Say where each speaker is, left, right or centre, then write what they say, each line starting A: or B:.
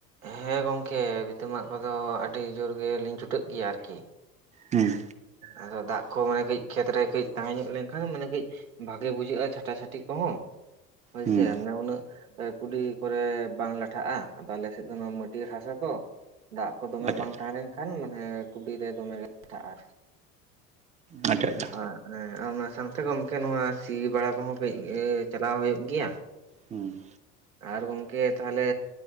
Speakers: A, on the right; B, on the right.
A: ᱦᱮᱸ ᱜᱚᱝᱠᱮ ᱵᱷᱤᱛᱟᱹ ᱢᱟᱜ ᱠᱚᱫᱚ ᱟᱹᱰᱤ ᱡᱳᱨ ᱜᱮ ᱞᱤᱧ ᱪᱷᱩᱴᱟᱹᱜ ᱜᱮᱭᱟ ᱟᱨᱠᱤ᱾
B: ᱦᱩᱸ᱾
A: ᱟᱫᱚ ᱫᱟᱜ ᱠᱚ ᱢᱟᱱᱮ ᱠᱟᱹᱡ ᱠᱷᱮᱛᱨᱮ ᱠᱟᱹᱡ ᱛᱟᱦᱮᱸ ᱧᱚᱜ ᱞᱮᱱᱠᱷᱟᱱ ᱢᱟᱱᱮ ᱠᱟᱹᱡ ᱵᱷᱟᱜᱮ ᱵᱩᱡᱷᱟᱹᱜᱼᱟ ᱪᱷᱟᱴᱟ ᱪᱷᱟᱴᱤ ᱠᱚᱦᱚᱸ᱾ ᱦᱳᱭᱥᱮ
B: ᱦᱩᱸ
A: ᱢᱟᱱᱮ ᱩᱱᱟᱹᱜ ᱮ ᱠᱩᱰᱤ ᱠᱚᱨᱮ ᱵᱟᱝ ᱞᱟᱴᱷᱟᱜᱼᱟ, ᱟᱫᱚ ᱟᱞᱮ ᱥᱮᱫ ᱫᱚ ᱱᱚᱣᱟ ᱢᱟᱹᱴᱤᱭᱟᱹᱲ ᱦᱟᱥᱟ ᱛᱚ᱾ ᱫᱟᱜ ᱠᱚ ᱫᱚᱢᱮ
B: ᱟᱪᱪᱷᱟ
A: ᱵᱟᱝ
B: ᱟᱪᱪᱷᱟ
A: ᱛᱟᱦᱮᱸ ᱞᱮᱱᱠᱷᱟᱱ ᱢᱟᱱᱮ ᱠᱩᱵᱤᱨᱮ ᱫᱚᱢᱮ <inaudible> ᱞᱟᱴᱷᱟᱜᱼᱟ ᱟᱨ
B: ᱟᱪᱷᱟ ᱟᱪᱷᱟ᱾
A: ᱟ ᱮᱸ ᱟᱨ ᱚᱱᱟ ᱥᱟᱶᱛᱮ ᱜᱚᱢᱠᱮ ᱱᱚᱣᱟ ᱥᱤ ᱵᱟᱲᱟ ᱠᱚᱦᱚᱸ ᱠᱟᱹᱡ ᱮ ᱪᱟᱞᱟᱣ ᱦᱩᱭᱩᱜ ᱜᱮᱭᱟ, ᱟ
B: ᱦᱩᱸ᱾
A: ᱟᱨ ᱜᱚᱢᱠᱮ ᱛᱟᱦᱚᱞᱮ